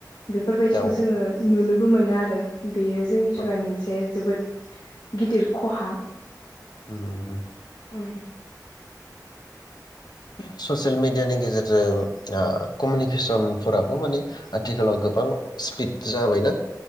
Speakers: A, on the left; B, on the left.
A: बेफोरबायदिखौ
B: औ
A: जोङो नुनोब मोनो आरो बेयो जोंनि थाखाय
B: औ
A: मोनसे जोबोद गिदिर खहा।
B: उम उम उम।
A: उम।
B: ससियेल मिडियानि गेजेरजों ओ कमिउनिकेसनफोराबो मानि आथिखालाव गोबां स्पिड जाबायना।